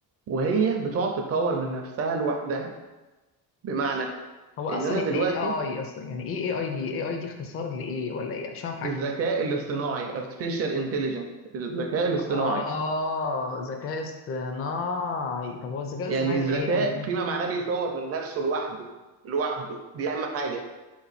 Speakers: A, on the right (about 40°); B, on the left (about 35°).
A: وهي بتقعد تتطور من نفسها لوحدها بمعنى
B: هو اصلا
A: ان انا
B: يعني
A: دلوقتي
B: ايه اي اصلا يعني ايه اي اي دي اي اي دي اختصار لايه ولا ايه مش فاهم حاجه
A: الذكاء الاصطناعي artificial intelligence الذكاء الاصطناعي
B: اه ذكاء اصطناعي طب هو الذكاء الاصطناعي
A: يعني الذكاء
B: ده ايه يعني
A: فيما معناه بيطور من نفسه لوحده لوحده دي اهم حاجه